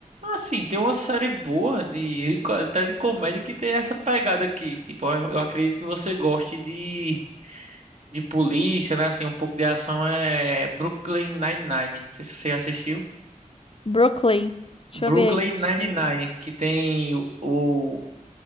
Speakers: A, on the right; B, on the left.
A: Assim, tem uma série boa, de, até de comédia, que tem essa pegada aqui. Tipo, eu eu acredito que você goste de, de polícia, né? Assim, um pouco de ação é Brooklyn Nine-Nine. Não sei se você assistiu.
B: Brooklyn. Deixa
A: Brooklyn
B: eu ver aqui.
A: Nine-Nine, que tem o, o-